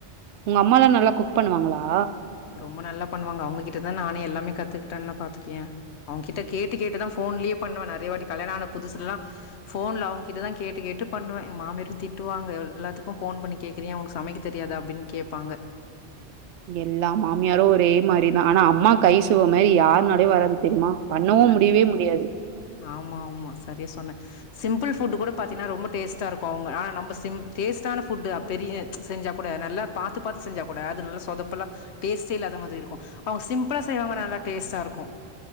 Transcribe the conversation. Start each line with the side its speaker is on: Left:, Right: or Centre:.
Right: உங் அம்மாலா நல்லா குக் பண்ணுவாங்களா
Left: ரொம்ப நல்லா பண்ணுவாங்க அவங்ககிட்டதா நானே எல்லாமே கத்துக்கிட்டேனா பாத்துக்கயே அவங் கிட்ட கேட்டு கேட்டுதா போன்லேயே பண்ணுவ நிறையவாட்டி கல்யாண ஆன புதுசுலல்லா போன்ல அவங்க கிட்டதா கேட்டு கேட்டு பண்ணுவே எ மாமியார் திட்டுவாங்க எல்லாத்துக்கு போன் பண்ணி கே க்றியே உனக் சமைக்க தெரியாதா அப்டின் கேப்பாங்க
Right: எல்லா மாமியாரு ஒரே மாதிரிதா ஆனா அம்மா கை சுவ மாரி யார் நாலயு வராது தெரியுமா பண்ணவு
Left: கண்டிப்பா.
Right: முடிவே முடியாது
Left: ஆமா ஆமா சரியா சொன்னே சிம்பிள் புட் கூட பாத்தீன்னா ரொம்ப டேஸ்ட இருக்கு அவுங்க ஆனா நம்ப சிம் டேஸ்டான ஃபுட்டு பெரிய செஞ்சா கூடா நல்லா பாத்து பாத்து செஞ்ச கூட அது நல்லா சொதப்பல்லா டேஸ்டே இல்லாத மாதிரி இருக்கு அவங்க சிம்பிளா செய்வாங்க ஆன்னா நல்லா டேஸ்டா இருக்கு